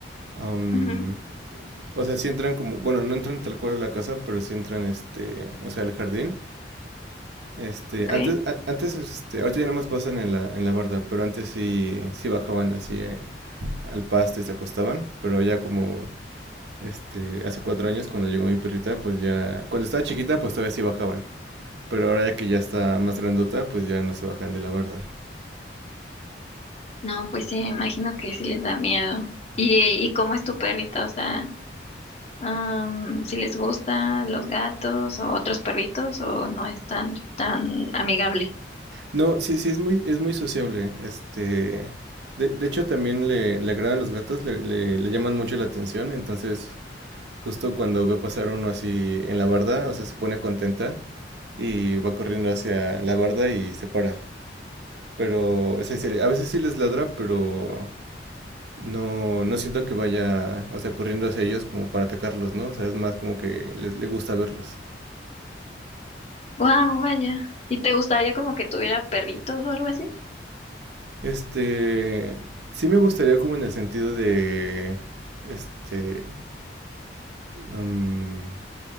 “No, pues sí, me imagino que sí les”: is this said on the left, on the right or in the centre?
Left